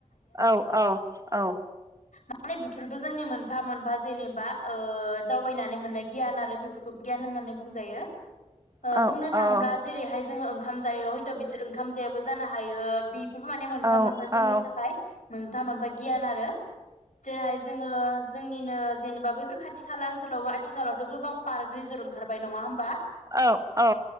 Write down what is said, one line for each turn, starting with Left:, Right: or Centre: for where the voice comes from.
Right: औ औ औ
Left: माने बेफोरबो जोंनि मोनफा मोनफा जेनेबा ओ दावबायनानै मोननाय गियान आरो बेफोरखौ गियान होननानै बुंजायो ओ
Right: औ
Left: बुंनो
Right: औ
Left: थाङोब्ला बेहाय जोङो ओंखाम जायो हयथ बिसोर ओंखाम जायाबो जानो हायो बि बिफोरबो माने मोनफा
Right: औ
Left: मोनफा
Right: औ
Left: जोंनि थाखाय मोनफा मोनफा गियान आरो जेरैहाय जोङो जोंनिनो जेनेबा बै फोर खाथि खाला ओनसोलावबो आथिखालावथ गोबां पार्क रिजर ओंखारबाय नङा होमबा
Right: औ औ